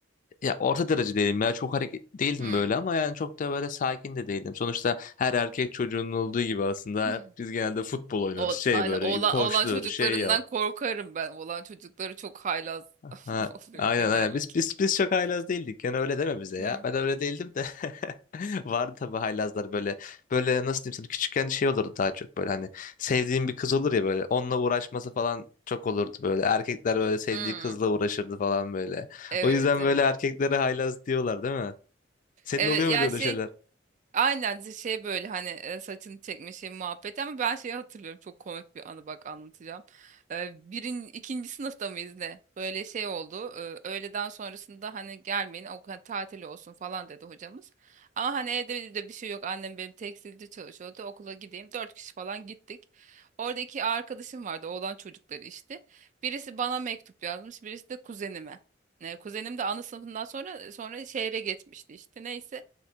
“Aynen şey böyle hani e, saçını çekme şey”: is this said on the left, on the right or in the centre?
Right